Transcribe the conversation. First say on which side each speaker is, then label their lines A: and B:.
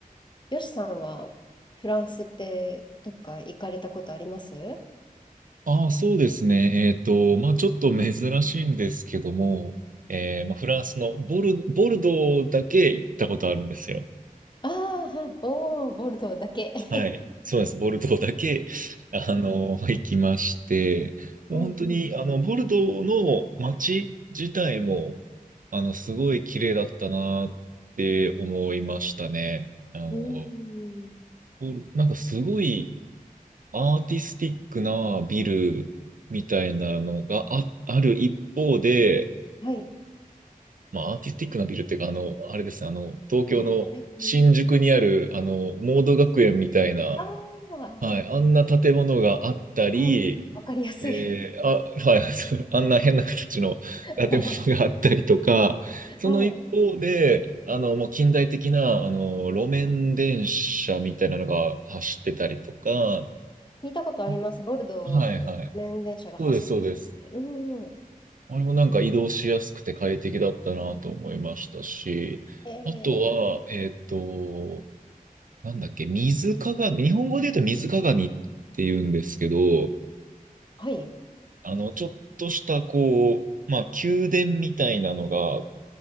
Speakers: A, on the left (about 30°); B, on the right (about 65°).
A: よしさんはフランスってどっか行かれたことあります
B: ああ、そうですね。えっと、まあ、ちょっと珍しいんですけども、えーまあ、フランスのボル、ボルドーだけ行ったことあるんですよ。
A: ああー、はいおー、ボルドーだけ。<laughs>
B: はい。そうです。ボルドーだけ、<laughs> あの、行きまして、もう本当に、
A: うん
B: あの、ボルドーの街自体も、あの、すごい綺麗だったなって思いましたね。あの、
A: うん。うーん。
B: ボル、なんかすごいアーティスティックなビルみたいなのがあ、ある一方で、
A: はい。
B: まあ、アーティスティックなビルっていうか、あの、あれですね、あの、東京の新宿にある、
A: 現代風
B: あの、モード学園みたいな、
A: ああー、
B: はい、あんな建物があったり、
A: はい。わかりやすい。
B: えー、あ、はい、<laughs> あんな変な形の建物があったりとか、
A: はい。
B: その一方で、
A: はい。
B: あの、もう近代的な、あの、路面電車みたいなのが走ってたりとか、
A: 聞いたことあります。
B: あ
A: ボルドーで路面電車が走ってるって。
B: はい、はい。そうです、そうです。
A: うん。
B: あれもなんか移動しやすくて快適だったなと思いましたし、
A: ええ
B: あとは、えっと、なんだっけ、水鏡、日本語で言うと水鏡って言うんですけど、
A: はい。
B: あの、ちょっとした、こう、まあ、宮殿みたいなのが、